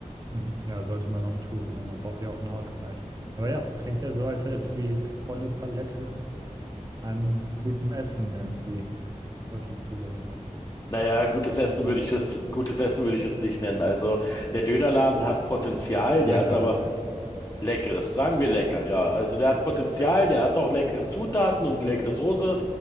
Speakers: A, on the right; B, on the left.
A: Mhm. Ja, sollte man auch tun, ne? Man braucht ja auch einen Ausgleich. Aber ja, klingt ja so, als hättest du die volle Palette an gutem Essen irgendwie heute zu dir genommen.
B: Naja, gutes
A: Richtig
B: Essen
A: gut.
B: würde ich es, gutes Essen würde ich es nicht nennen. Also der Dönerladen
A: Ja,
B: hat Potenzial,
A: leckeres
B: der hat aber
A: Essen.
B: Leckeres, sagen wir lecker, ja. Also der hat
A: <laughs>
B: Potenzial, der hat auch leckere Zutaten und leckere Soße,